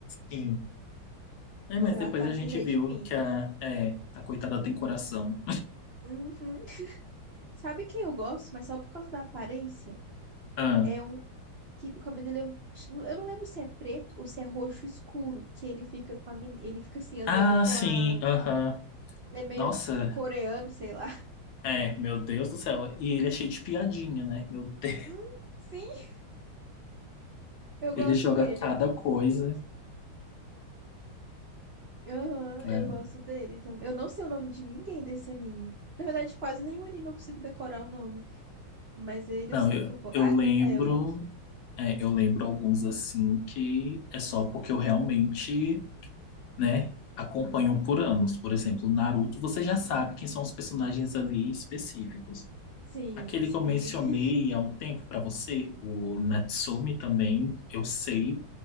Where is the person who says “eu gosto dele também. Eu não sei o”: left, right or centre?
Right